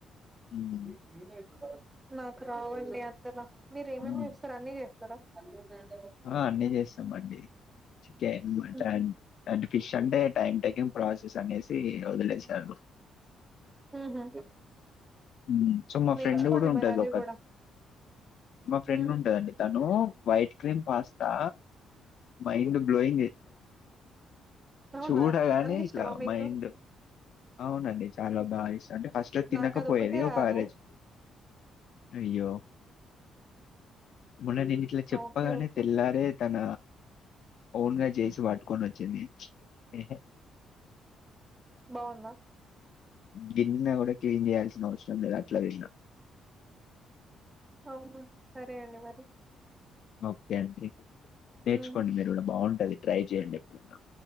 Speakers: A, on the left; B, on the right.
A: హ్మ్.
B: మీ మీరే ఎట్లుంటరు నాకు రావండి అంతలా మీరు ఎం
A: హ్మ్.
B: ఎం చేస్తారు అన్ని చేస్తారా అన్ని ఉన్నాయ్
A: ఆ అన్నీ చేస్తామండి చికెన్ మటన్
B: ఉహు
A: ఫిష్ అంటే టైం టేకింగ్ ప్రాసెస్ అనేసి వదిలేసాను
B: ఉహు
A: హ్మ్ సో మా
B: నేర్చుకోండి
A: ఫ్రెండ్ కూడా ఉంటది
B: మరి అది
A: ఒక
B: కూడా
A: మా ఫ్రెండ్
B: ఉమ్
A: ఉంటదండి తను white cream pasta mind blowing
B: అవునా
A: చూడగానే
B: అంత ఇష్టమా
A: ఇట్లా
B: మీకు
A: మైండ్ అవునండి చాలా బాగా ఇష్ట అంటే ఫస్ట్ లో తినకపోయేది
B: నాకు అది ఒకటే
A: ఒక
B: రాదు
A: ఆ రేజ్ అయ్యో మొన్న నేనిట్ల చప్
B: ఓకే
A: తప్పగానే
B: ఓకే
A: తెల్లారే తన ఓన్ గా చేసి పట్టుకొని వచ్చింది ఎహె
B: బాగుందా
A: గిన్నె కూడా క్లీన్ చెయ్యాల్సి అవసరం లేదు అట్లా తిన్న
B: అవును సరే అండి మరి
A: ఓకే ఓకే అండి నేర్చుకోండి
B: ఉమ్
A: మీరు కూడా బాగుంటది ట్రై చెయండి ఎప్పుడైనా